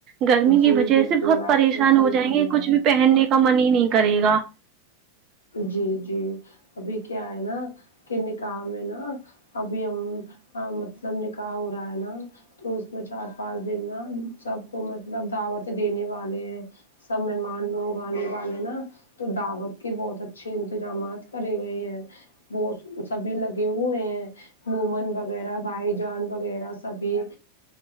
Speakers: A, on the right (about 35°); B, on the left (about 70°).
A: گرمی
B: جی
A: کی وجہ
B: بالکل
A: سے بہت پریشان
B: آپ نے صحیح
A: ہو جائیں
B: فرمایا
A: گے کچھ بھی پہننے کا من ہی نہیں کرے گا
B: جی جی ابھی کیا ہے نہ کے نکاح میں نا ابھی ہم مطلب نکاح ہو رہا ہے نا تو اس میں چار پانچ دن نا سب کو مطلب دعوت دینے والے ہیں سب مہمان لوگ آنے والے نا تو دعوت کے بہت اچھے انتظامات کرے گئے ہیں وہ سبھی لگے ہوئے ہیں نومان وغیرہ بھائی جان وغیرہ سبھی